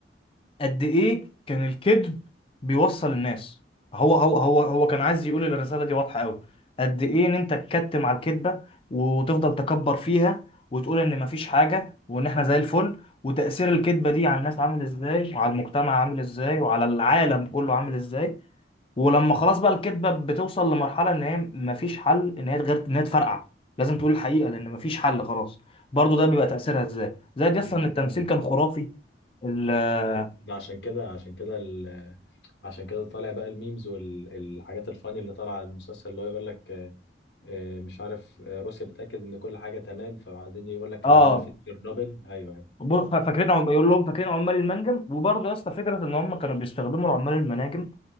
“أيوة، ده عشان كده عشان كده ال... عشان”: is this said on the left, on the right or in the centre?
Left